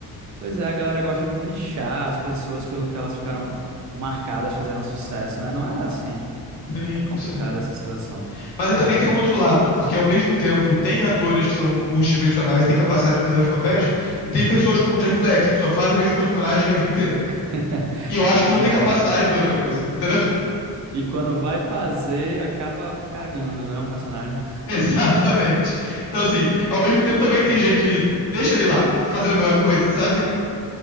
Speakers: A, on the right; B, on the left.
A: Pois é, a galera gosta de nichar as pessoas pelo que elas ficaram marcadas, fizeram sucesso, né? Não é assim.
B: sim,
A: É complicada
B: sim.
A: essa situação.
B: Mas aí também tem o outro lado, porque ao mesmo tempo tem atores que são multidimensionais, têm capacidade de fazer os papéis, e tem pessoas como o Jack Black, que só fazem o mesmo personagem a vida inteira.
A: <laughs>
B: E eu acho
A: Pois
B: que não tem
A: é.
B: capacidade de fazer outra coisa, entendeu? <laughs>
A: E quando vai fazer, acaba cagando, né, o personagem.
B: Exatamente. Então, assim, ao mesmo tempo também tem gente que deixa ele lá, fazendo a mesma coisa, sabe?